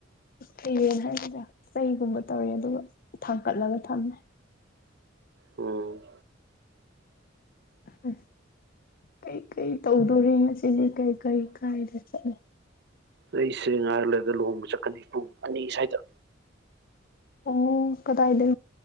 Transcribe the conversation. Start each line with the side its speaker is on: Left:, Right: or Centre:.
Left: ꯍꯦ ꯍꯥꯏꯒ꯭ꯔ ꯆꯩꯒꯨꯝꯕ ꯇꯧꯔꯦ ꯑꯗꯨꯒ ꯊꯥꯡꯀꯠꯂꯒ ꯊꯝꯃꯦ
Right: ꯎꯝ
Left: ꯑ ꯀꯩꯀꯩ ꯇꯧꯗꯣꯔꯤ ꯉꯁꯤꯗꯤ ꯀꯩꯀꯩ ꯀꯥꯏꯗ ꯆꯠꯂ
Right: ꯑꯩꯁꯦ ꯉꯥꯏꯔꯂꯗ ꯂꯨꯍꯣꯡꯕ ꯆꯠꯀꯅꯤ ꯄꯨꯡ ꯑꯅꯤ ꯁ꯭ꯋꯥꯏꯗ
Left: ꯑꯣ ꯀꯗꯥꯏꯗ